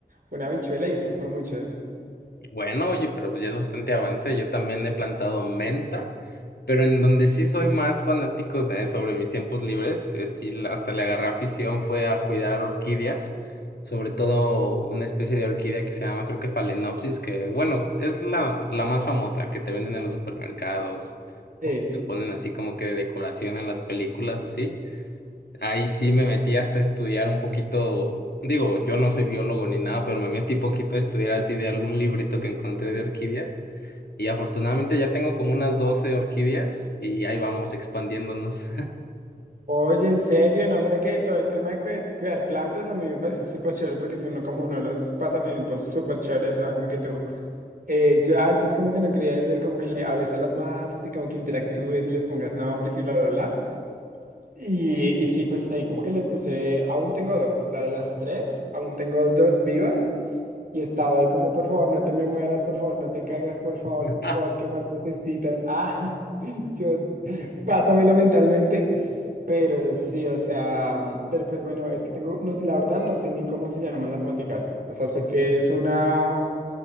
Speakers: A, on the right; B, on the left.
A: una habichuela y eso fue mucho.
B: Bueno, oye, pero pues ya es bastante avance. Yo también he plantado menta, pero en donde sí soy más fanático de sobre mis tiempos libres, eh, sí la- hasta le agarré afición fue a cuidar orquídeas, sobre todo una especie de orquídea que se llama, creo que Phalaenopsis, que bueno, es la, la más famosa que te venden en los supermercados
A: Sí.
B: o te ponen así como que de decoración en las películas, así. Ahí sí me metí hasta estudiar un poquito, digo, yo no soy biólogo ni nada, pero me metí poquito a estudiar así de algún librito que encontré de orquídeas y afortunadamente ya tengo como unas 12 orquídeas y ahí vamos expandiéndonos.
A: Oye, en serio, no, mira que todo el tema de cue- cuidar plantas a mí me parece súper chévere porque es uno como uno de los pasatiempos súper chéveres, o sea, como que tú, eh, yo antes como que no creía eso de como que le hables a las matas y como que interactúes y les pongas nombres y bla, bla, bla. Y, y sí, pues ahí como que le puse, aún tengo dos, o sea, de las tres, aún tengo dos vivas. Y estaba ahí como, por favor, no te me mueras, por favor, no te caigas, por favor,
B: <laughs>
A: por favor, ¿qué más necesitas? Ah, <laughs> yo, pásamelo mentalmente. Pero sí, o sea, pero pues bueno, es que tengo, no, la verdad no sé ni cómo se llaman las maticas. O sea, sé que es una,